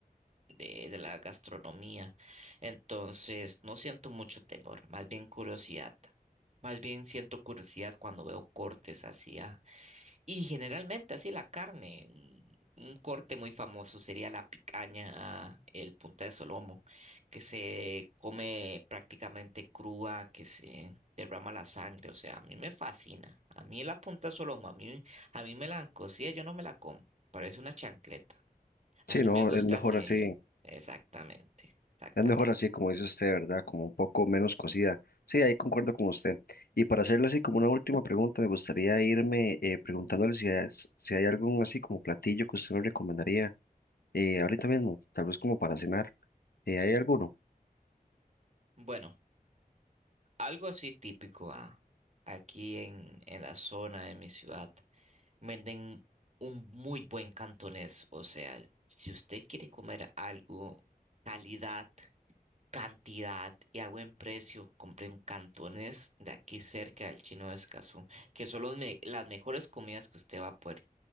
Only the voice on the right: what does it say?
de, de la gastronomía, entonces no siento mucho temor, más bien curiosidad. Más bien siento curiosidad cuando veo cortes así, ah, y generalmente así la carne, un, un corte muy famoso sería la picaña, el punta de solomo, que se come prácticamente cruda, que se derrama la sangre, o sea, a mí me fascina. A mí la punta de solomo, a mí, a mí me la han cocido, yo no me la como, parece una chancleta. A
mí
me gusta
así,
exactamente, exactamente.
Bueno. Algo así típico, ah, Aquí en, en la zona de mi ciudad venden un muy buen cantonés. O sea, si usted quiere comer algo, calidad, cantidad y a buen precio, compre un cantonés de aquí cerca del Chino de Escazú, que son los me- las mejores comidas que usted va a poder